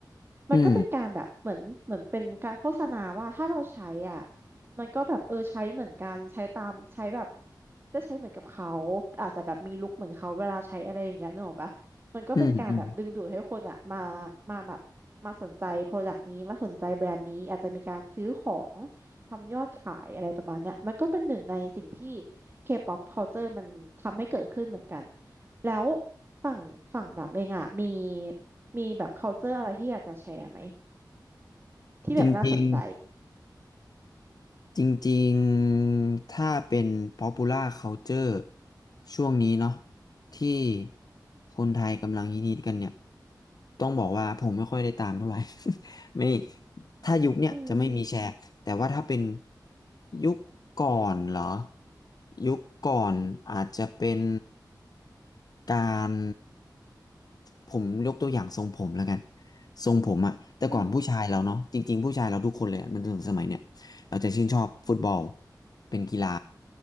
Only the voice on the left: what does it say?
อืม
อืมอืม
จริงจริง จริงๆ ถ้าเป็น popular culture ช่วงนี้เนาะที่คนไทยกำลังฮิตๆกันเนี่ยต้องบอกว่าผมไม่ค่อยได้ตามเท่าไหร่ <laughs> ไม่ถ้ายุคเนี่ยจะไม่มีแชร์แต่ว่าถ้าเป็น
ยุคก่อนเหรอยุคก่อนอาจจะเป็นการผมยกตัวอย่างทรงผมแล้วกันทรงผมอะแต่ก่อนผู้ชายเราเนาะจริงๆผู้ชายเราทุกคนเลยอะจนถึงสมัยเนี่ย
เราจะชื่นชอบฟุตบอลเป็นกีฬา